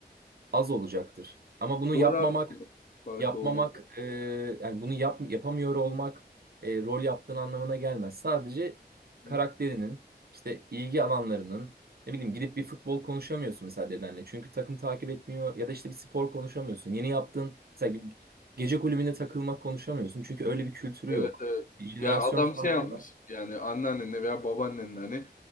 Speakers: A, on the right; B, on the left.
A: az olacaktır. Ama bunu
B: Doğru
A: yapmamak
B: abi. Farkı
A: yapmamak
B: oluyor.
A: e, yani bunu yap, yapamıyor olmak e, rol yaptığın anlamına gelmez. Sadece karakterinin
B: Hı?
A: işte ilgi alanlarının ne bileyim gidip bir futbol konuşamıyorsun mesela dedenle. Çünkü takım takip etmiyor ya da işte bir spor konuşamıyorsun. Yeni yaptığın mesela bir gece kulübüne takılmak konuşamıyorsun. Çünkü öyle bir kültürü
B: Evet
A: yok.
B: evet.
A: Bir jenerasyon
B: Ya adam
A: farkı
B: şey yapmış yani anneannenle veya babaannenle hani